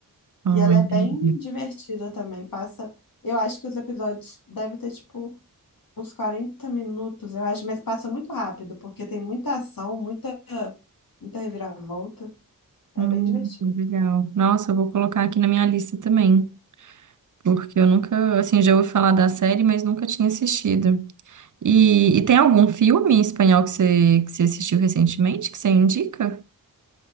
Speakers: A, on the right; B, on the left.
A: Ah,
B: E ela
A: entendi.
B: é bem divertida também. Passa, eu acho que os episódios devem ter tipo uns 40 minutos, eu acho, mas passa muito rápido, porque tem muita ação, muita muita reviravolta. É
A: Hum,
B: bem divertido.
A: legal. Nossa, eu vou colocar aqui na minha lista também, porque eu nunca, assim, já ouvi falar da série, mas nunca tinha assistido. E, e tem algum filme em espanhol que você, que você assistiu recentemente que você indica?